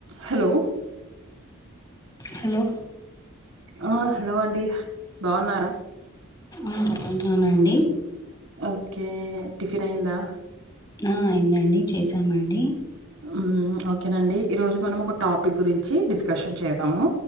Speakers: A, on the right; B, on the left.
A: Hello
B: hello
A: ఆ hello అండి బాగున్నారా
B: ఆ బాగున్నాను అండి
A: ఓకే టిఫిన్ అయిందా
B: ఆ అయిందండి చేసామండి
A: ఉమ్ ఓకేనండి ఈరోజు మనం ఒక టాపిక్ గురించి డిస్కషన్ చేద్దాము